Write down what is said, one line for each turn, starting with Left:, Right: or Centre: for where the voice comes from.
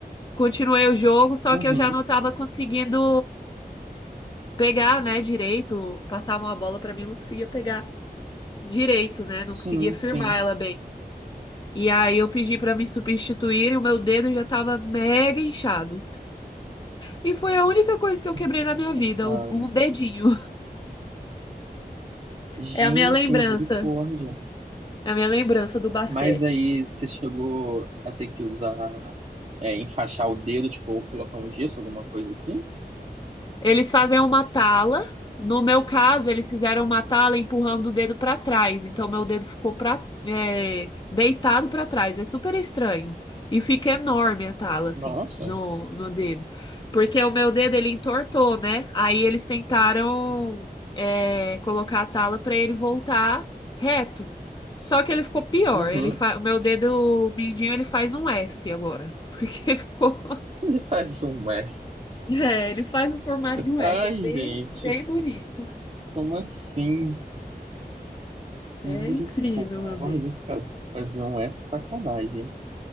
Left: Continuei o jogo, só
Right: Uhum.
Left: que eu já não tava conseguindo pegar, né, direito. Passava uma bola pra mim, eu não conseguia pegar direito, né? Não
Right: Sim,
Left: conseguia firmar
Right: sim.
Left: ela bem. E aí eu pedi pra me substituir e o meu dedo já tava mega inchado. E foi a única coisa que eu
Right: Nossa,
Left: quebrei na minha vida,
Right: cara.
Left: um um dedinho. É
Right: Gente,
Left: a minha lembrança.
Right: misericórdia.
Left: É a minha lembrança do basquete.
Right: Mas aí você chegou a ter que usar, é, enfaixar o dedo, tipo, ou colocar um gesso, alguma coisa assim?
Left: Eles fazem uma tala. No meu caso, eles fizeram uma tala empurrando o dedo para trás. Então, meu dedo ficou pra, é, deitado para trás. É super estranho. E fica enorme a tala, assim,
Right: Nossa.
Left: no, no dedo. Porque o meu dedo, ele entortou, né? Aí eles tentaram, é, colocar a tala para ele voltar reto. Só que ele ficou pior.
Right: Uhum.
Left: Ele fa... O meu dedo mindinho, ele faz um S agora. <laughs> Porque ficou
Right: Ele faz um Wes.
Left: é, ele faz o formato de um
Right: Ai,
Left: S, é bem,
Right: gente,
Left: bem bonito.
Right: como assim?
Left: É
Right: Misericórdia,
Left: incrível, meu Deus.
Right: cara. Fazer um S é sacanagem.